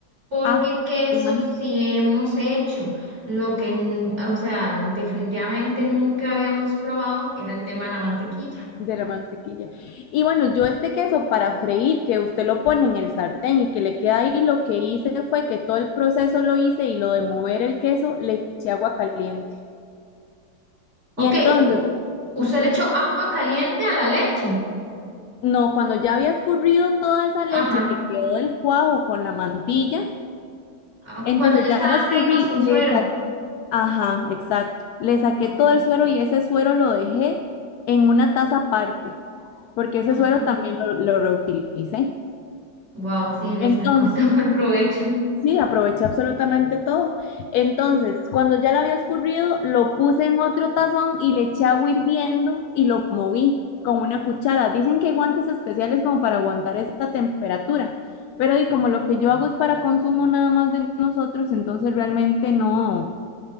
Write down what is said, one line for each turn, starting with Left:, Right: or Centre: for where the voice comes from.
Right: porque
Left: Ah,
Right: queso
Left: imagínate,
Right: sí hemos hecho. Lo que, n- o sea, definitivamente nunca habíamos probado era el tema de la mantequilla.
Left: de la mantequilla. Y bueno, yo este queso para freír, que usted lo pone en el sartén y que le queda ahí, lo que hice fue que todo el proceso lo hice y lo de mover el queso le eché agua caliente.
Right: Ok,
Left: Y entonces,
Right: u- usted le echó agua caliente a la leche.
Left: no, cuando ya había escurrido toda esa leche
Right: Ajá.
Left: que quedó del cuajo con la mantilla,
Right: Ah, ok,
Left: entonces
Right: Cuando ya
Left: ya
Right: estaba
Left: la escurrí,
Right: seco, sin
Left: le
Right: suero.
Left: sa- ajá, exacto, le saqué
Right: Ok,
Left: todo el suero y ese suero lo dejé en una taza aparte, porque ese
Right: ajá.
Left: suero también lo, lo reutilicé.
Right: Wow, sí, le
Left: Entonces,
Right: sacó <laughs> todo el provecho.
Left: Sí, aproveché absolutamente todo. Entonces, cuando ya lo había escurrido, lo puse en otro tazón y le eché agua hirviendo y lo moví con una cuchara. Dicen que hay guantes especiales como para aguantar esa temperatura, pero y como lo que yo hago es para consumo nada más de nosotros, entonces realmente no,